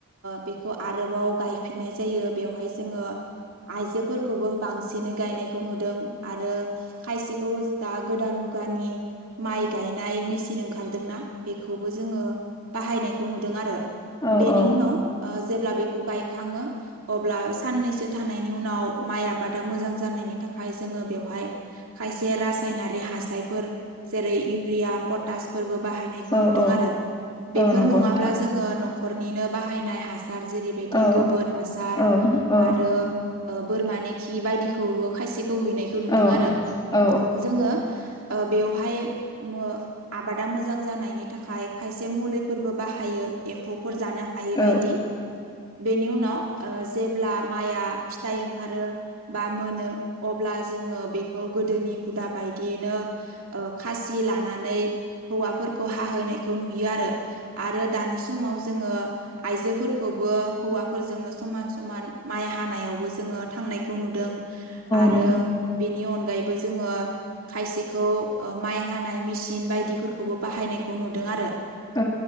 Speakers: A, on the right; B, on the left.
A: बेखौ आरोबाव गायफिननाय जायो बेवहाय जोंङो आइजोफोरखौबो बांसिन खसेनो गायनायखौ नुदों आरो खायसेखौ दा गोदान मुगानि माइ गायनाय मेचन ओंखारदोंना बेखौबो जोंङो बाहायनायखौ नुदों आरो
B: औ
A: बेनि
B: - औ
A: उनाव जेब्ला बेखौ गायखाङो अब्ला साननैसो थानायनि उनाव माइ आबादा मोजां जायो जानायनि थाखाय जोंयो बेहाय खायसे रासायनारि हा फोर जेरै इउरिया पटासफोरबो बाहायनायखौ
B: औ
A: नुदों
B: औ
A: आरो बेफोर
B: औ नंगौ
A: नङाब्ला
B: नोंथां
A: जोङो न'खरनिनो बाहाय--। आरो जेरैबादि
B: औ
A: गोबोर हासार
B: औ औ
A: आरो बोरमानि खि बायदिखौबो खायस--। सेखौ हैनायखौ नुदों
B: औ
A: आरो
B: औ
A: जोङो ओ बेवहाय। मो आबादा मोजां जानायनि थाखाय खायसे मुलिफोरबो बाहायो एम्फौफोर जानो। हायोबायदि।
B: औ
A: बेनि उनाव ओ जेब्ला माइआ फिथाइ ओंखारो बा मोनो अब्ला। जोंङो बे--। गोदोनि हुदा बायदियैनो खासि लानानै हौवाफोरखौ हाहोनो। नायखौ नुयो आरो आरो दानि समाव जोङो। आइजोफोरखौबो हौवाफोरजोंनो समान समान माइ हानायावबो जोङो थांनायखौ नुदों। आरो
B: नंगौ
A: बेनि अनगायैबो जोङो। खायसेखौ माइ हानाय मिसिन बायदिफोरखौबो बाहायनायखौ नुदों आरो।
B: औ